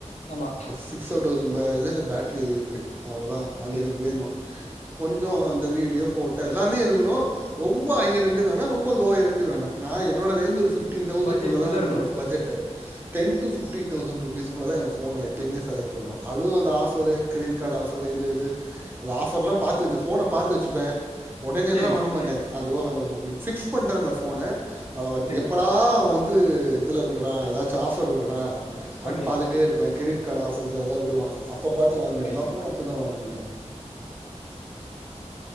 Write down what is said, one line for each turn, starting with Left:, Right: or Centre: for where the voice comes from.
Left: ஆமா
Right: சிக்ஸ் லவுசண்ட் பா இது கு பேட்ரி இருக்கு அவ்ளோதா
Left: ஓகே
Right: அது எனக்கு வேணு கொஞ்சோ இந்த வீடியோ போட்டோ எல்லாமே இருக்கணு ரொம்ப ஹைய் ரெண்ட்டுக்கு வேணா ரொம்ப லோயர் ரெண்ட்டுக்கு வேணா நா என்னோட ரேஞ்ச்சு ஒரு பிஃப் டின் தௌசண்ட்குள்ளதா
Left: பட்ஜெட்டுக்குள்ள
Right: என்னோட
Left: இருக்கணு
Right: budget ten two fifteen thousand rupees குள்ளதா எங்க ஃபோனு எப்பயுமே செலைக்ட் பண்ணுவ அது அந்த ஆஃப்பரு கிரெடிட் கார்டு ஆஃப்பரு இது இது அது ஆஃப்ர்லாம் பாத்து இந்த ஃபோன பாத்து வெச்சுப்ப ஒடனே
Left: செரி
Right: எல்லா வாங்க மாட்ட அந்த ரோ அந்த ஓகே பிக்ஸ் பண்டனா ஃபோன அவ வந்து
Left: செரி
Right: எப்படா அவ வந்து இதுல விடுறா எதாச் ச்ச ஆஃப்ர் விடுறா
Left: ஓகே
Right: அன் பாத்துட்டே இருப்ப கிரெடிட் கார்டு ஆஃப்ர்ஸ் எதாவது விடுவா அப்போ பாத்து வாங்குவ
Left: ஓகே
Right: எல்லா
Left: ஓகே
Right: ஃபோனு அப்புடிதா வாங்குவ நானு